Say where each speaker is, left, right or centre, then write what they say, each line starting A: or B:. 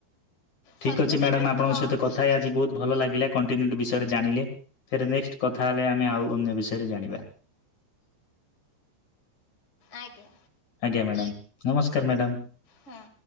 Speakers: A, on the left; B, on the left.
A: ଠିକ୍
B: ସତୁରିରୁ
A: ଅଛି ମ୍ୟାଡ଼ାମ ଆପଣଙ୍କହିତ
B: ଶହେ
A: କଥାଏ ଆଜି ବହୁତ ଭଲ ଲାଗିଲା କଣ୍ଟିନ୍ୟୁଟ ବିଷୟରେ ଜାଣିଲେ? ଫେର ନେକ୍ସଟ କଥା ହେଲେ ଆମେ ଆଉ ଅନ୍ୟ ବିଷୟରେ ଜାଣିବା?
B: ଆଜ୍ଞା।
A: ଆଜ୍ଞା ମ୍ୟାଡ଼ାାମ ନମସ୍କାର ମ୍ୟାଡ଼ାମ୍।
B: ହୁଁ।